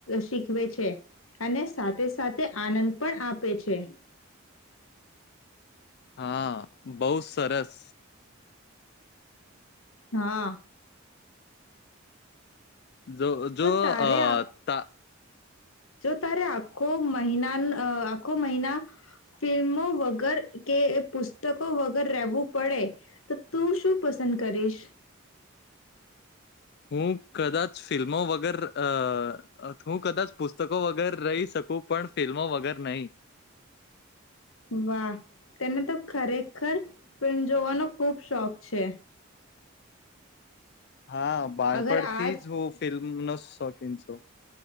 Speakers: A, on the left; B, on the left.
A: શીખવે છે. અને સાથે-સાથે આનંદ પણ આપે છે.
B: હા બહુ સરસ.
A: હા.
B: જો જો
A: તારે
B: અ
A: આખું
B: ત
A: જો તારે આખો મહિના આખો મહિના ફિલ્મો વગર કે પુસ્તકો વગર રહેવું પડે તો તું શું પસંદ કરીશ?
B: હું કદાચ ફિલ્મો વગર અ હું કદાચ પછ પુસ્તકો વગર રહી શકું પણ ફિલ્મો વગર નહીં.
A: વાહ તેને તો ખરેખર ફિલ્મ જોવાનો ખુબ શોખ છે.
B: હા બાારપડથી
A: અગર આજ
B: જ હું ફિલ્મ ન સકી છો?